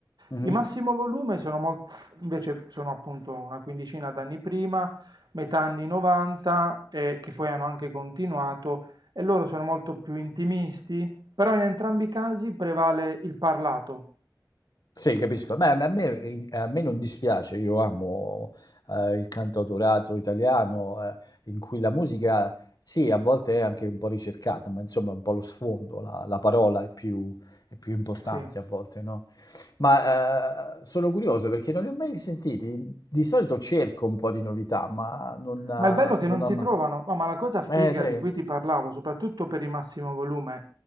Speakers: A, on the left; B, on the right.
A: Mhm.
B: I massimo volume sono mol- invece sono appunto una quindicina d'anni prima, metà anni 90, e che poi hanno anche continuato e loro sono molto più intimisti, però in entrambi i casi prevale il parlato.
A: Sì, capisco. Beh, a me, a me non dispiace, io amo eh, il cantautorato italiano eh, in cui la musica, sì, a volte è anche un po' ricercata, ma insomma è un po' lo sfondo, la, la parola è più, è più importante
B: Sì.
A: a volte, no? Ma eh, sono curioso perché non li ho mai sentiti. Di solito cerco un po' di novità, ma non, eh,
B: Ma il bello è che
A: non
B: non
A: ho
B: si
A: mai...
B: trovano, ma ma la cosa figa
A: Eh sì,
B: di cui ti parlavo, soprattutto per il massimo volume,